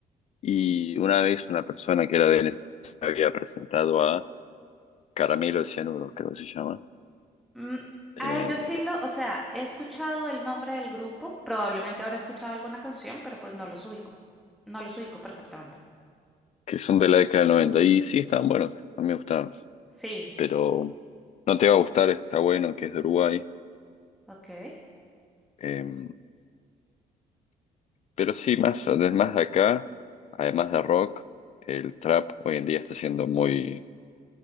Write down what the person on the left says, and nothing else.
Y una vez una persona que era de Venezuela había presentado a Caramelo de Cianuro, creo que se llama,
eh,
que son de la década del noventa Y sí, están buenos, a mí me gustaron.
Pero no te va a gustar, está bueno que es de Uruguay.
em, Pero sí, más, además de acá, además de rock, el trap hoy en día está siendo muy,